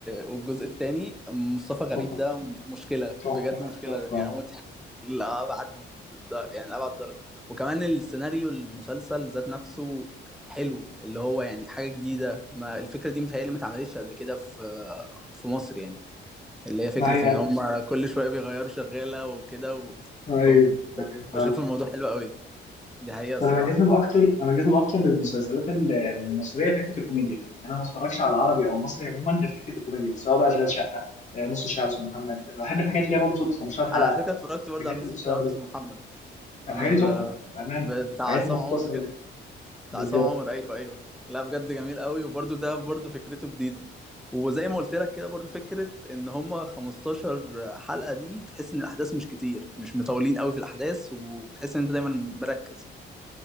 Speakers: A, in the centre; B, on the left.
A: والجزء التاني مصطفى غريب
B: تحفة
A: ده مشكله
B: تحفة
A: بجد مشكله
B: تحفة
A: يعني مضحك لأبعد الد- يعني لأبعد درجه وكمان السيناريو المسلسل ذات نفسه حلو اللي هو يعني حاجه جديده ما الفكره دي متهيألي ما اتعملتش قبل كده في في مصر يعني اللي هي فكره
B: ما هي
A: ان هم كل شويه بيغيروا شغاله وكده و...
B: أيوه
A: فبشوف
B: أيوه فعلا
A: الموضوع حلو قوي دي حقيقه الصراحه
B: أنا بنجذب أكتر أنا بنجذب أكتر للمسلسلات ال- المصرية في حتة الكوميديا يعني أنا ما بتفرجش على عربي أو مصري عموما غير في حتة الكوميديا سواء بقى أشغال شقة آه، نص الشعب اسمه محمد بحب الحاجات اللي هي برضه بتبقى 15 حلقة
A: انا على فكره اتفرجت برضه
B: الحاجات
A: على نص
B: القصيرة
A: الشعب
B: دي
A: اسمه محمد
B: الحاجات
A: إنه ب-
B: دي تحفة بأمانة
A: ب- بتاع
B: الحاجات
A: عصام
B: المختصرة
A: عمر بجد
B: دي
A: بتاع
B: بالظبط
A: عصام عمر ايوه ايوه لا بجد جميل قوي وبرده ده برده فكرته جديده وزي ما قلت لك كده برده فكره ان هما 15 حلقه دي بتحس ان الاحداث مش كتير مش مطولين قوي في الاحداث وبتحس ان انت دايما مركز